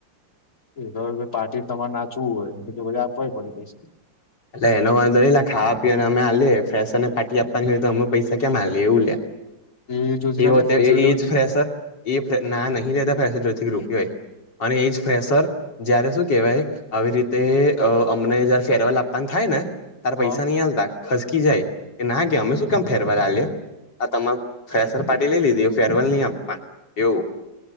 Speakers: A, on the left; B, on the left.
A: એ તો કે હવે પાર્ટી તો તમને નાચવું હોય અતો આપવા એ પડે પૈસા.
B: એટલે એનો વાંધો નઈ લ્યા ખાવા પીવાને અમે હલીએ ફેશને ફાટી આપવાની હોય તો અમે પૈસા કેમ હાએ એવું લયા.
A: એ જોથી
B: એવું
A: ના લે
B: અત્યારે
A: ફ્રેશર
B: એ
A: જોડથી
B: જ ફ્રેશ હે. એ ના નહીં લેતા ફેશરથી રૂપિયો યે અને એજ ફેશર જયારે શું કેવાય આવી રીતે અમને જયારે ફેરવાલ આપવાની થાય ને તાર પૈસા
A: હા
B: નહીં આલતા. ખસકી જાય. કે ના કે અમે શું કેમ ફેરેવલ આલીએ હા, તમામે ફ્રેશર પાર્ટી લઈ લીધી ફેરવેલ નહી આપવાનું એવું.